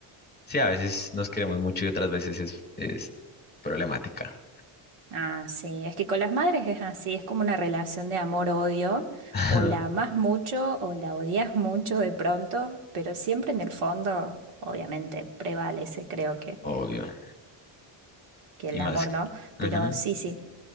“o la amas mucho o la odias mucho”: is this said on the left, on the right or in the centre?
Right